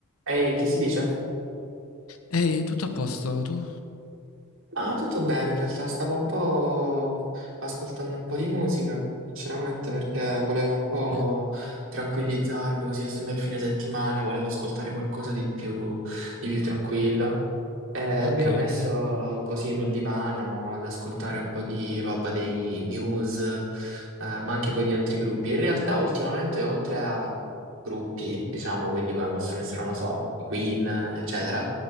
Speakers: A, on the right; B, on the left.
A: Ehi, che si dice?
B: Ehi, tutto a posto, tu?
A: Ah, tutto bene, in realtà stavo un po' ascoltando un po' di musica, sinceramente, perché volevo un po'
B: Sì.
A: tranquillizzarmi, così essendo il fine settimana, volevo ascoltare qualcosa di più, di più tranquillo. Eh,
B: Ok,
A: mi ero messo
B: ok.
A: così sul divano ad ascoltare un po' di roba dei Muse, eh, ma anche poi di altri gruppi. In realtà ultimamente, oltre a gruppi, diciamo, quindi come possono essere, non lo so, i Queen, eccetera,